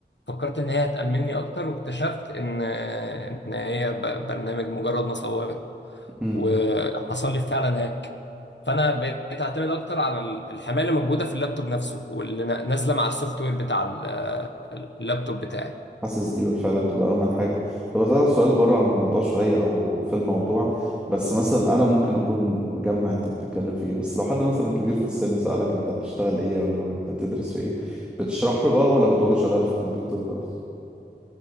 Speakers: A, on the left; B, in the centre.
A: فكرت ان هي هتأمنني اكتر واكتشفت ان ان هي ب- برنامج مجرد نصباية
B: مم.
A: وحصل لي فعلا هاك فانا بقيت اعتمد اكتر على ال- الحمايه اللي موجوده في اللابتوب نفسه واللي نا- نازله مع السوفت وير بتاع ال- اللابتوب بتاعي
B: حاسس دي بالفعل بتبقى أهم حاجة طب أسألك سؤال بره عن الموضوع شوية أو في الموضوع بس مثلا أنا ممكن أكون مجمع أنت بتتكلم في إيه بس لو حد مثلا كبير في السن سألك أنت بتشتغل إيه ولا بت- بتدرس في إيه بتشرح له بقى ولا بتقول له شغال في الكمبيوتر خلاص